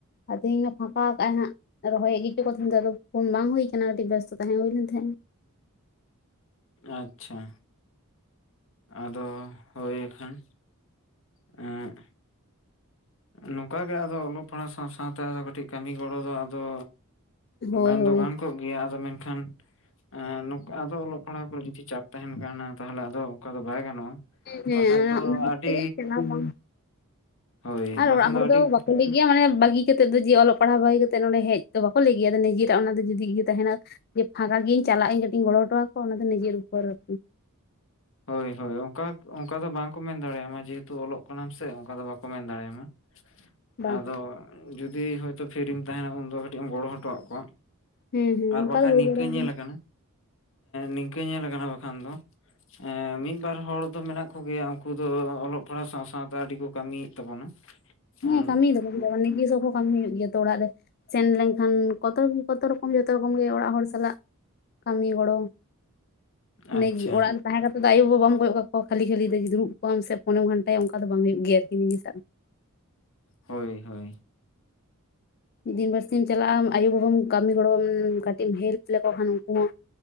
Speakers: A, on the left; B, on the left.
A: ᱟᱨ ᱛᱮᱦᱮᱧ ᱯᱷᱟᱸᱠᱟ ᱠᱟᱜ ᱟᱭ ᱦᱟᱸᱜ ᱨᱚᱦᱚᱭ ᱜᱮ <unintelligible> ᱪᱮᱫ <unintelligible> ᱟᱫᱚ ᱯᱷᱳᱱ ᱵᱟᱝ ᱦᱳᱭ ᱠᱟᱱᱟ ᱠᱟᱹᱴᱤᱡ ᱵᱮᱥᱛᱚ ᱛᱟᱦᱮᱸ ᱦᱳᱭ ᱞᱮᱱ ᱛᱟᱦᱮᱸᱫ
B: ᱟᱪᱪᱷᱟ। ᱟᱫᱚ ᱦᱳᱭ ᱠᱷᱟᱱ ᱮᱸ ᱱᱚᱝᱠᱟᱜᱮ ᱟᱫᱚ ᱚᱞᱚᱜ ᱯᱟᱲᱦᱟᱜ ᱥᱟᱶ ᱥᱟᱶᱛᱮ ᱠᱟᱹᱴᱤᱡ ᱠᱟᱹᱢᱤ ᱜᱚᱲᱚ ᱫᱚ ᱟᱫᱚ
A: ᱦᱳᱭ
B: ᱜᱟᱱ
A: ᱦᱳᱭ
B: ᱫᱚ ᱜᱟᱱ ᱠᱚᱜ ᱜᱮᱭᱟ ᱟᱫᱚ ᱢᱮᱱᱠᱷᱟᱱ <unintelligible> ᱟᱫᱚ ᱚᱞᱚᱜ ᱯᱟᱲᱦᱟᱣ ᱠᱚᱨᱮ ᱡᱩᱫᱤ ᱪᱟᱯ ᱛᱟᱦᱮᱱ ᱠᱦᱟᱱ ᱛᱟᱦᱚᱞᱮ ᱟᱫᱚ ᱚᱱᱠᱟ ᱫᱚ ᱵᱟᱭ ᱜᱟᱱᱚᱜᱼᱟ।
A: ᱦᱮᱸ
B: ᱵᱟᱠᱷᱟᱡ
A: ᱚᱱᱟ
B: ᱫᱚ
A: ᱚᱱᱟ
B: ᱟᱹᱰᱤ
A: <inaudible>
B: ᱦᱳᱭ
A: ᱟᱨ
B: ᱵᱟᱠᱷᱟᱱ
A: ᱚᱲᱟᱜ ᱦᱚᱲ
B: ᱟᱹᱰᱤ
A: ᱫᱚ ᱵᱟᱠᱚ ᱞᱟᱹᱭ <unintelligible> ᱢᱟᱱᱮ ᱵᱟᱹᱜᱤ ᱠᱟᱛᱮᱫ ᱫᱚ ᱡᱮ ᱚᱞᱚᱜ ᱯᱟᱲᱦᱟᱣ ᱵᱟᱹᱜᱤ ᱠᱟᱛᱮᱫ ᱱᱸᱰᱮ ᱦᱮᱡ ᱫᱚ ᱵᱟᱠᱚ ᱞᱟᱹᱭ ᱜᱮᱭᱟ ᱟᱫᱚ ᱱᱤᱡᱮᱨᱟᱜ ᱚᱱᱟ ᱫᱚ ᱡᱩᱫᱤ ᱤᱭᱟ. ᱛᱟᱦᱮᱱᱟ ᱡᱮ ᱯᱷᱟᱸᱠᱟ ᱜᱮᱭᱮᱧ ᱪᱟᱞᱟᱜ ᱤᱧ ᱠᱟᱹᱴᱤᱡ ᱤᱧ ᱜᱚᱲᱚ ᱦᱚᱴᱚ ᱠᱚᱣᱟ ᱚᱱᱟ ᱫᱚ ᱱᱤᱡᱮᱨ ᱩᱯᱚᱨ <unintelligible>
B: ᱦᱳᱭ ᱦᱳᱭ ᱚᱱᱠᱟ ᱚᱱᱠᱟ ᱫᱚ ᱵᱟᱝᱠᱚ ᱢᱮᱱ ᱫᱟᱲᱮᱭᱟᱢᱟ ᱡᱮᱦᱮᱛᱩ ᱚᱞᱚᱜ ᱠᱟᱱᱟᱢ ᱥᱮ ᱚᱱᱠᱟ ᱫᱚ ᱵᱟᱝ ᱠᱚ ᱢᱮᱱ ᱫᱟᱲᱮᱭᱟᱢᱟ,
A: ᱵᱟᱝ
B: ᱟᱫᱚ ᱡᱩᱫᱤ ᱦᱳᱭᱛᱳ ᱯᱷᱤᱨᱤᱢ ᱛᱟᱦᱮᱱᱟ ᱩᱱᱫᱚ ᱠᱟᱹᱴᱤᱡ ᱮᱢ ᱜᱚᱲᱚ ᱦᱚᱴᱚᱣᱟᱜ ᱠᱚᱣᱟ
A: ᱦᱮᱸ ᱦᱮᱸ
B: ᱟᱨ
A: ᱚᱱᱠᱟ
B: ᱵᱟᱠᱷᱟᱡ
A: ᱫᱚ ᱦᱩᱭ
B: ᱱᱤᱝᱠᱟᱹ
A: ᱵᱟᱲᱟᱣ
B: ᱧᱮᱞᱠᱟᱱᱟ, ᱱᱤᱝᱠᱟᱹ ᱧᱮᱞᱠᱟᱱᱟ ᱵᱟᱠᱷᱟᱱ ᱫᱚ ᱮᱸ ᱢᱤᱫᱵᱟᱨ ᱦᱚᱲ ᱫᱚ ᱢᱮᱱᱟᱜ ᱠᱚᱜᱮᱭᱟ ᱩᱱᱠᱩ ᱫᱚ ᱚᱞᱚᱜ ᱯᱟᱲᱦᱟᱜ ᱥᱟᱶ ᱥᱟᱶᱛᱮ ᱟᱹᱰᱤ ᱠᱚ ᱠᱟᱹᱢᱤᱭᱮᱫ ᱛᱟᱵᱚᱱᱟ
A: ᱦᱮᱸ
B: ᱟᱨ
A: ᱠᱟᱹᱢᱤᱭ ᱫᱟᱠᱚ ᱪᱮᱫᱟᱜ ᱵᱟᱝ ᱱᱤᱡᱮᱥᱚᱵ ᱠᱚ ᱠᱟᱹᱢᱤ ᱦᱩᱭᱩᱜ ᱜᱮᱭᱟ ᱛᱚ ᱚᱲᱟᱜ ᱨᱮ ᱥᱮᱱ ᱞᱮᱱᱠᱷᱟᱱ ᱠᱚᱛᱚ ᱠᱤ ᱠᱚᱛᱚ ᱨᱚᱠᱚᱢ ᱡᱷᱚᱛᱚ ᱨᱚᱠᱚᱢ ᱜᱮ ᱚᱲᱟᱜ ᱦᱚᱲ ᱥᱟᱞᱟᱜ ᱠᱟᱹᱢᱤ ᱜᱚᱲᱚ,
B: ᱟᱪᱪᱷᱟ
A: ᱱᱤᱡ ᱚᱲᱟᱜ ᱨᱮ ᱛᱟᱦᱮᱸ ᱠᱟᱛᱮᱫᱚ ᱟᱭᱳ ᱵᱟᱵᱟᱢ ᱠᱚᱭᱚᱜ ᱠᱟᱠᱚᱣᱟ ᱠᱷᱟᱹᱞᱤ ᱠᱷᱟᱹᱞᱤ ᱡᱮ ᱫᱩᱲᱩᱵ ᱠᱚᱜ ᱟᱢᱥᱮ ᱯᱷᱳᱱᱮᱢ ᱜᱷᱟᱱᱴᱟᱭᱟ ᱚᱱᱠᱟ ᱫᱚ ᱵᱟᱝ ᱦᱩᱭᱩᱜ ᱜᱮᱭᱟ ᱟᱨ ᱠᱤ ᱱᱤᱡᱤᱥᱟᱜ ᱫᱚ
B: ᱦᱳᱭ ᱦᱳᱭ
A: ᱢᱤᱫ ᱫᱤᱱ ᱵᱟᱹᱨᱥᱤᱧᱼᱮᱢ ᱪᱟᱞᱟᱜᱼᱟᱢ ᱟᱭᱳ ᱵᱟᱵᱟᱢ ᱠᱟᱹᱢᱤ ᱜᱚᱲᱚᱢ ᱠᱟᱹᱴᱤᱡ ᱮᱢ ᱦᱮᱞᱯ ᱞᱮᱠᱚ ᱠᱷᱟᱱ ᱩᱱᱠᱩ ᱦᱚᱸ